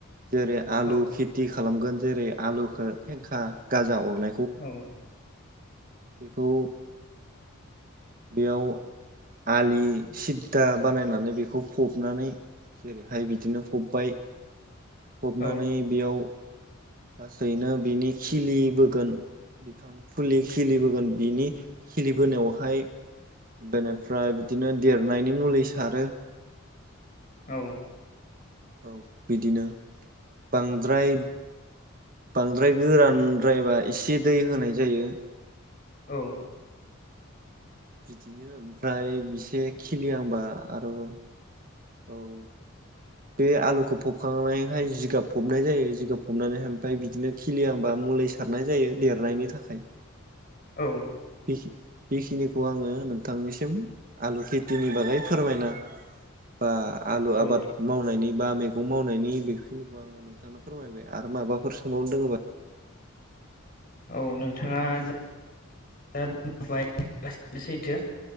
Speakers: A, on the right; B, on the left.
A: जेरै आलु
B: औ
A: खेथि खालामोन जेरै आलुखौ फेंखा गाजा अरनाय
B: औ
A: बेखौ बेयाव आलि सिद्दा बानायनानै बेखौ फबनानै जेरैहाय बिदिनो फबबाय फबनानै
B: औ
A: बेयाव लासैनो बिनि खिलिबोगोन फुलि खिलिबोगोन बिनि खिलिबोनायावहाय बेनिफ्राय बिदिनो देरनायनि मुलि सारो
B: औ
A: औ बिदिनो बांद्राय बांद्राय गोरानद्रायबा एसे दै होनाय जायो
B: औ
A: बिदिनो ओमफ्राय बिसे खिलिहांबा आरो औ बे आलुखौ फबखांनानैहाय जिगाब फबनाय जायो जिगाब फबनानैहाय आमफाय बिदिनो खिलियांबा मुलि सारनाय जायो देरनायनि थाखाय
B: औ
A: बिखि बेखिनिखौ आङो नोंथांनिसिम आलु खेथिनि बागै फोरमायना बा आलु
B: औ
A: आबाद मावनायनि बा मैगं मावनायनि बेखिनिखौ आङो नोंथांनो फोरमायबाय आरो माबा माबाफोर सोंबावनो दोङोबा
B: औ नोंथाङा जा बुंबाय गासैबो सैथो